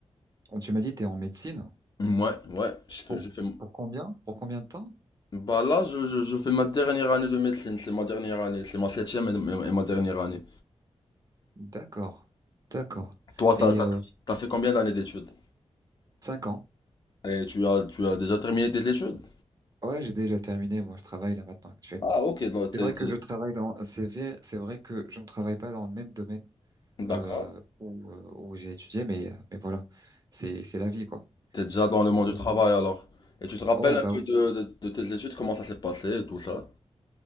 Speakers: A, on the right; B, on the left.
A: quand tu m'as dit, tu es en médecine.
B: Ouais, ouais, je fais,
A: Pour,
B: je fais.
A: pour combien? Pour combien de temps?
B: Bah là, je, je, je fais ma dernière année de médecine, c'est ma dernière année, c'est ma septième et et ma dernière année.
A: D'accord. D'accord.
B: Toi,
A: Et
B: t'as, t'as-
A: euh,
B: t'as fait combien d'années d'études?
A: cinq ans.
B: Et tu as, tu as déjà terminé tes études?
A: Ouais, j'ai déjà terminé. Moi, je travaille là maintenant, actuellement.
B: Ah, ok, donc
A: C'est
B: t'es,
A: vrai
B: t'es-
A: que je travaille dans, c'est vrai, c'est vrai que je ne travaille pas dans le même domaine
B: d'accord.
A: euh, où, euh, où j'ai étudié, mais, euh, mais voilà, c'est, c'est la vie, quoi.
B: T'es déjà dans le
A: C'est
B: monde
A: la
B: du
A: vie.
B: travail alors. Et tu te rappelles
A: Ouais,
B: un
A: bah
B: peu
A: oui.
B: de, de- de tes études, comment ça s'est passé et tout ça?